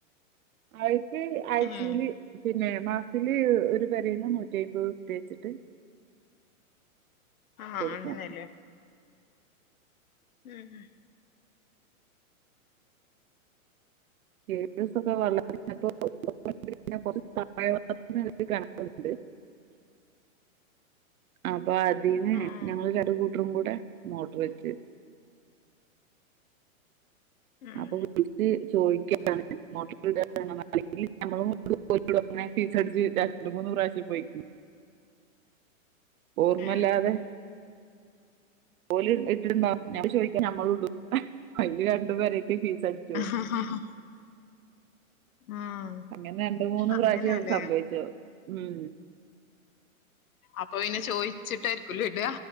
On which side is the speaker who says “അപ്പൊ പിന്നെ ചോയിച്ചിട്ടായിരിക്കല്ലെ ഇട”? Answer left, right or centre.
Left